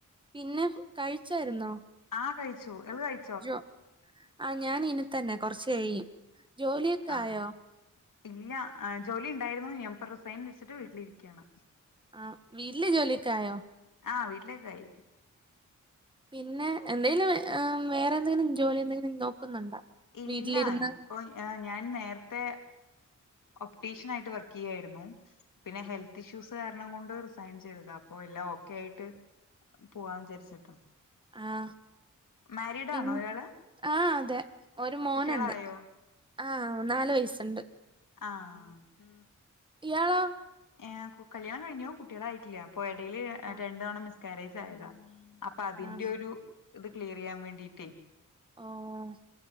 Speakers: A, on the right; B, on the left.
A: പിന്നെ കഴിച്ചായിരുന്നോ
B: ആഹ് കഴിച്ചു എള് കഴി
A: ജോ ആഹ് ഞാൻ ഇൻന്നെ തന്നെ കൊറച്ച് കഴിയും ജോലിയൊക്കെ
B: ആഹ്
A: ആയോ
B: ഇല്ല ജോലിയുണ്ടായിരുന്നു ഞാൻ ഇപ്പോ റിസൈൻ വെച്ചിട്ട് വീട്ടിലിരിക്കയാണ്
A: ആഹ് വീട്ടിലെ ജോലിയൊക്കെ ആയോ
B: ആഹ് വീട്ടിലേക്കെ ആയി
A: പിന്നെ എന്തേലും വേ ഏഹ് വേറെ എന്തെങ്കിലും ജോലി എന്തെങ്കിലും നോക്കുന്നുണ്ടോ
B: ഇല്ല
A: വീട്ടിലിരുന്ന്
B: അപ്പൊ ഏഹ് ഞാൻ നേരത്തെ ഒപ്റ്റീഷ്യൻ ആയിട്ട് വർക്ക് ചെയ്യായിരുന്നു പിന്നെ ഹെൽത്ത് ഇഷ്യൂസ് കാരണം കൊണ്ട് റിസൈൻ ചെയ്തതാ അപ്പൊ എല്ലാം ഓക്കെ ആയിട്ട് പോവാന്ന് വിചാരിച്ചിട്ടാ
A: ആഹ്
B: മാരീഡ്
A: പിൻ
B: ആണോ ഇയാള്
A: ആഹ് അതെ ഒരു മോനുണ്ട്
B: കുട്ടികളായോ
A: ആഹ് മൂന്നാല് വയസ്സുണ്ട്
B: ആഹ്
A: ഇയാളോ
B: ഏഹ് കു കല്യാണം കഴിഞ്ഞു കുട്ടിയേളായിട്ടില്ല അപ്പൊ എടേല്
A: ആഹ്
B: രണ്ടു തവണ മിസ്കാരേജ് ആയതാ അപ്പൊ അതിന്റെ
A: ആഹ്
B: ഒരു ഇത് ക്ലിയർ ചെയ്യാൻ വേണ്ടിട്ടേ
A: ഓഹ്